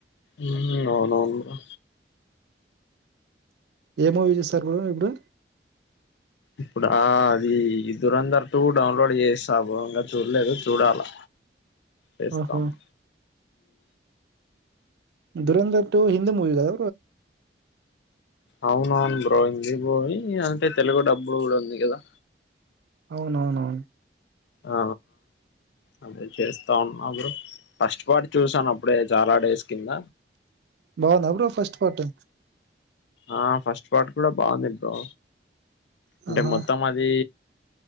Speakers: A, on the left; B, on the right.
A: ఉ అవునవును
B: ఏం మూవీ చూస్తారు బ్రో ఇప్పుడు
A: ఇప్పుడు అది దరందర్ టూ డౌన్లోడ్ చేస ఇంకా చూడలేదు చూడాలా చేస్తాము
B: ఓహో దురంధర్ టు హిందీ మూవీ అదా
A: అవున అవును బ్రో హిందీ బయి అంటే తెలుగు డబ్బులు కూడా ఉంది కదా
B: అవునవునవు
A: ఆ అదే చేస్తా ఉన్నాప్పురు ఫస్ట్ పాటు చూసాను అప్పుడే చాలా డేస్ కింద
B: బాగున్నా బ్ర ఫస్ట్ పట్
A: ఆ ఫస్ట్ పాట్ కూడా బాగుంది బ్రో అంటే
B: ఆహా
A: మొత్తం అది